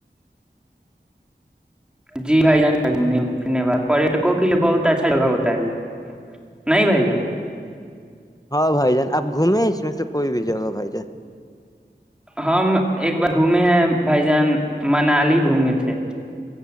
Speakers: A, in the centre; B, on the left.
A: جی بھائی جاننے ب پٹکوں کے لیے بہت اچھا جگہ ہوتا ہے یہ نہیں بھائی جان
B: ہاں بھائی جان آپ گھومیں اس میں سے کوئی بھی جگہ بھائی
A: ہم ایک بار گھومے ہیں بھائی جان منالی گھومے تھے